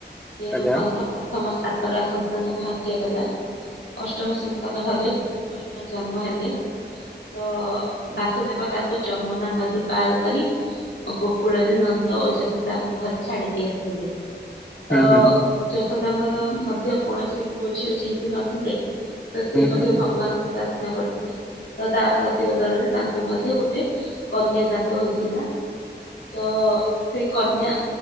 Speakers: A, on the left; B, in the centre.
A: ତେଣୁ
B: ଆଚ୍ଛା
A: କଂସ ପ୍ରଥମ ଟା ସନ୍ତାନକୁ ହତ୍ୟା କଲା ଅଷ୍ଟମ ସନ୍ତାନ ଭାବେ ଶ୍ରୀକୃଷ୍ଣ ଜ ଜନ୍ମ ହେଲେ ତ ବାସୁଦେବ ତାଙ୍କୁ ଯମୁନା ନ ପାର କରି ଗୋକୁଳରେ ନନ୍ଦ ଓ ଯଶଦଙ୍କ ଘରେ ଛାଡି ଦେଇ ଆସିଥିଲେ। ତ
B: ହୁଁ ହୁଁ ହୁଁ
A: ଯଶୋଦାଙ୍କର ମଧ୍ୟ କୌଣସି ପୁଅ ଝିଅ ଯେହେତୁ ନଥିଲେ ତ ସେ ମଧ୍ୟ
B: ହୁଁ
A: ଭଗବାନଙ୍କୁ ପ୍ରାର୍ଥନା ପ୍ରାର୍ଥନା କରିଥିଲେ ତ ତା ପ୍ରତିି ବଦଳରେ ତାଙ୍କୁ ମଧ୍ୟ ଗୋଟେ କନ୍ୟା ଜାତ ଜାତ ହୋଇଥିଲା ତ ସେଇ କନ୍ୟା